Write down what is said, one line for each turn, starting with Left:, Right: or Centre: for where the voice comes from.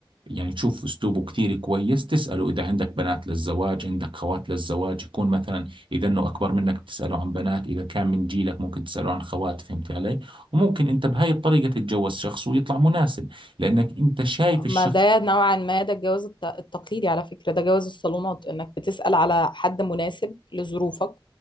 Right: يعني تشوف اسلوبه كتير كويس تسأله اذا عندك بنات للزواج عندك خوات للزواج يكون مثلا اذا انه اكبر منك بتسأله عن بنات اذا كان من جيلك ممكن تسأله عن خوات فهمت علي وممكن انت بهاي الطريقة تتجوز شخص ويطلع مناسب لانك انت شايف
Left: ما
Right: الشخص
Left: ده نوعا ما ده الجواز الت- التقليدي على فكرة ده جواز الصالونات انك بتسأل على حد مناسب لظروفك